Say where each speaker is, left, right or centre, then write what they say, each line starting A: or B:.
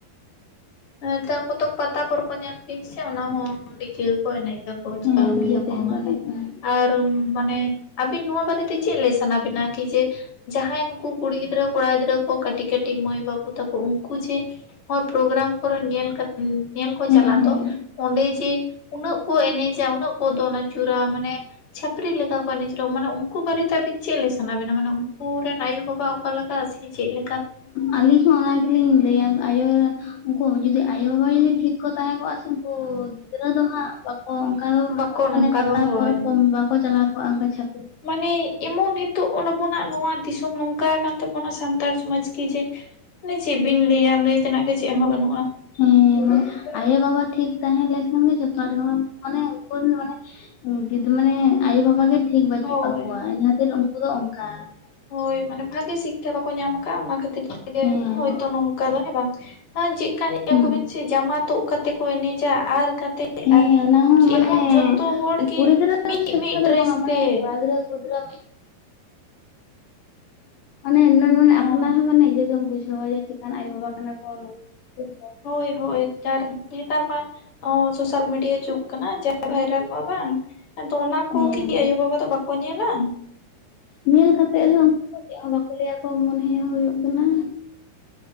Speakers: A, on the left; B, on the left.
A: ᱦᱮ ᱛᱟ ᱠᱚᱫᱚ ᱯᱟᱛᱟ ᱯᱚᱨᱚᱵᱽ ᱠᱚ ᱧᱮᱞ ᱵᱤᱱ ᱥᱮ ᱚᱱᱟ ᱦᱚᱸ ᱰᱤᱡᱮ ᱠᱚ ᱠᱟ ᱮᱱᱮᱡ ᱠᱟᱫᱟ ᱾ ᱚ
B: ᱦᱮᱸ
A: ᱪᱟᱞᱩᱭ
B: ᱰᱤᱡᱮ
A: ᱫᱟᱠᱚ
B: ᱛᱮᱜᱮ
A: ᱟᱱᱟᱜᱮ
B: ᱠᱚ ᱮᱱᱮᱡ ᱠᱟᱱᱟ
A: ᱾ ᱟᱨ ᱢᱟᱱᱮ ᱟᱹᱵᱤᱱ ᱱᱚᱣᱟ ᱵᱟᱨᱮᱛᱮ ᱪᱮᱫ ᱞᱟᱹᱭ ᱥᱟᱱᱟ ᱵᱤᱱᱟ ᱠᱤ ᱡᱮ ᱡᱟᱦᱟᱸᱭ ᱱᱩᱠᱩ ᱠᱩᱲᱤ ᱜᱤᱫᱽᱨᱟᱹ ᱠᱚᱲᱟ ᱜᱤᱫᱽᱨᱟᱹ ᱠᱚ ᱠᱟᱴᱤᱡ ᱠᱟᱹᱴᱤᱡ ᱢᱟᱹᱭ ᱵᱟᱹᱵᱩ ᱛᱟᱠᱚ ᱩᱱᱠᱩ ᱡᱮ ᱱᱚᱜ-ᱚᱭ ᱯᱨᱳᱜᱨᱟᱢ ᱠᱚᱨᱮ ᱧᱮᱞ ᱠᱟᱛᱮ ᱧᱮᱞ ᱠᱚ
B: ᱦᱮᱸ
A: ᱪᱟᱞᱟᱜ
B: ᱦᱮᱸ
A: ᱫᱚ ᱚᱸᱰᱮ ᱡᱮ ᱩᱱᱟᱹᱜ ᱠᱚ ᱮᱱᱮᱡᱟ ᱩᱱᱟᱹᱜ ᱠᱚ ᱫᱚᱱ ᱟᱹᱪᱩᱨᱟ ᱢᱟᱱᱮ ᱪᱷᱟᱹᱯᱨᱤ ᱞᱮᱠᱟ ᱠᱚ ᱮᱱᱮᱡ ᱨᱮ ᱢᱟᱱᱮ ᱩᱱᱠᱩ ᱵᱟᱨᱮᱛᱮ ᱟᱹᱵᱤᱱ ᱪᱮᱫ ᱞᱮ ᱥᱟᱱᱟ ᱵᱤᱱᱟ ᱢᱟᱱᱮ ᱩᱱᱠᱩ ᱨᱮᱱ ᱟᱭᱳ ᱵᱟᱵᱟ ᱚᱠᱟ ᱞᱮᱠᱟ ᱥᱮ ᱪᱮᱫ ᱞᱮᱠᱟ ᱾
B: ᱟᱹᱞᱤᱧ ᱦᱚᱸ ᱚᱱᱟ ᱜᱮᱞᱤᱧ ᱞᱟᱹᱭᱟ ᱟᱭᱳ ᱩᱱᱠᱩ ᱡᱩᱫᱤ ᱟᱭᱳ ᱵᱟᱵᱟ ᱡᱩᱫᱤ ᱴᱷᱤᱠ ᱠᱚ ᱛᱟᱦᱮᱸ ᱠᱚᱜ-ᱟ ᱥᱮ ᱩᱱᱠᱩ ᱜᱤᱫᱽᱨᱟᱹ ᱫᱚ ᱦᱟᱸᱜ ᱵᱟᱠᱚ ᱚᱱᱠᱟ ᱫᱚ
A: ᱵᱟᱠᱚ
B: ᱢᱟᱱᱮ
A: ᱱᱚᱝᱠᱟ
B: ᱯᱟᱛᱟ
A: ᱫᱚ ᱦᱳᱭ
B: ᱯᱚᱨᱚᱵᱽ ᱠᱚ ᱵᱟᱠᱚ ᱪᱟᱞᱟᱣ ᱠᱚᱜ-ᱟ ᱚᱝᱠᱟ ᱪᱷᱟ
A: ᱢᱟᱱᱮ ᱮᱢᱚᱱ ᱱᱤᱛᱚᱜ ᱟᱵᱚᱱᱟᱜ ᱱᱚᱣᱟ ᱫᱤᱥᱚᱢ ᱱᱚᱝᱠᱟ ᱟᱠᱟᱱ ᱛᱟᱵᱚᱱᱟ ᱥᱟᱱᱛᱟᱲ ᱥᱚᱢᱟᱡᱽ ᱜᱮ ᱡᱮ ᱢᱟᱱᱮ ᱪᱮᱫ ᱵᱤᱱ ᱞᱟᱹᱭᱟ ᱞᱟᱹᱭ ᱛᱮᱱᱟᱜ ᱜᱮ ᱪᱮᱫ ᱦᱚᱸ ᱵᱟᱹᱱᱩᱜ-ᱟ ᱾
B: ᱦᱮᱸ ᱢᱟᱹᱭ ᱟᱭᱳ ᱵᱟᱵᱟ ᱴᱷᱤᱠ ᱛᱟᱦᱮᱸ ᱞᱮᱠᱷᱟᱱ ᱜᱮ ᱡᱚᱛᱚ ᱦᱚᱲ ᱢᱟᱱᱮ ᱩᱱᱠᱩ ᱨᱤᱱ ᱢᱟᱱᱮ ᱢᱟᱱᱮ ᱟᱭᱳ ᱵᱟᱵᱟ ᱜᱮ ᱴᱷᱤᱠ ᱵᱟᱹᱪᱩᱜ
A: ᱦᱳᱭ
B: ᱠᱟᱠᱚᱣᱟ ᱤᱱᱟᱹ ᱠᱷᱟᱹᱛᱤᱨ ᱩᱱᱠᱩ ᱫᱚ ᱚᱱᱠᱟ ᱾
A: ᱦᱳᱭ ᱢᱟᱱᱮ ᱵᱷᱟᱜᱤ ᱥᱤᱠᱠᱷᱟ ᱵᱟᱠᱚ ᱧᱟᱢ ᱟᱠᱟᱫ ᱚᱱᱟ ᱠᱷᱟᱹᱛᱤᱨ ᱛᱮᱜᱮ
B: ᱦᱮᱸ
A: ᱦᱳᱭᱛᱳ ᱱᱚᱝ ᱚᱝᱠᱟ ᱫᱚ ᱦᱮᱸ ᱵᱟᱝ ᱪᱮᱫᱠᱟ ᱧᱮᱞ
B: ᱦᱩᱸ
A: ᱠᱚᱵᱤᱱ ᱥᱮ ᱡᱟᱢᱟ ᱛᱩᱫ ᱠᱟᱛᱮ ᱠᱚ ᱮᱱᱮᱡᱟ ᱟᱨ ᱠᱟᱛᱮ
B: ᱦᱮᱸ
A: ᱟᱨ
B: ᱚᱱᱟ ᱦᱚᱸ ᱢᱟᱱᱮ
A: ᱮᱢᱚᱱ ᱡᱚᱛᱚ ᱦᱚᱲ ᱜᱮ
B: ᱠᱩᱲᱤ ᱜᱤᱫᱽᱨᱟᱹ
A: ᱢᱤᱫ
B: ᱥᱤᱠᱷᱟ
A: ᱢᱤᱫ
B: ᱫᱚ
A: ᱰᱨᱮᱥ
B: ᱵᱟᱝ ᱢᱟᱱᱮ
A: ᱛᱮ
B: ᱠᱚᱲᱟ ᱜᱤᱫᱽᱨᱟᱹ ᱠᱩᱲᱤ ᱜᱤᱫᱽᱨᱟᱹ ᱢᱟᱱᱮ ᱞᱟᱭᱫᱟᱧ
A: ᱦᱚᱸ
B: ᱟᱯᱱᱟᱨ ᱦᱚ ᱡᱟᱱᱤᱡ ᱵᱮᱥᱮᱢ ᱵᱩᱡᱷᱟᱣᱟ ᱡᱮ ᱟᱱᱠᱟᱱ ᱟᱭᱳ ᱵᱟᱵᱟ ᱠᱟᱱᱟ ᱠᱚ ᱱᱚᱝᱠᱟ <inaudible> ᱫᱚ ᱾
A: ᱦᱳᱭ ᱦᱳᱭ ᱛᱟᱨ ᱱᱮᱛᱟᱨ ᱢᱟ ᱟ ᱥᱳᱥᱟᱞ ᱢᱤᱰᱤᱭᱟ ᱡᱩᱜ ᱠᱟᱱᱟ ᱡᱟ ᱵᱷᱟᱭᱨᱟᱞᱚᱜ-ᱟ ᱵᱟᱝ ᱾ ᱟᱫᱚ ᱚᱱᱟ ᱠᱚ
B: ᱦᱮᱸ
A: ᱠᱤ ᱟᱭᱳ ᱵᱟᱵᱟ ᱫᱚ ᱵᱟᱠᱚ ᱧᱮᱞᱟ ᱾
B: ᱧᱮᱞ ᱠᱟᱛᱮᱜ ᱨᱮᱦᱚᱸ ᱩᱱᱠᱩ ᱪᱮᱫ ᱦᱚᱸ ᱵᱟᱠᱚ ᱞᱟᱹᱭᱟᱠᱚ ᱢᱚᱱᱮ ᱦᱩᱭᱩᱜ ᱠᱟᱱᱟ ᱾